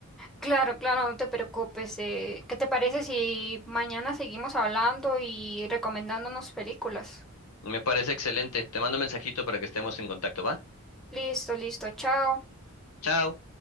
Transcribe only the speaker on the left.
Me parece excelente. Te mando un mensajito para que estemos en contacto, ¿va?
Chao.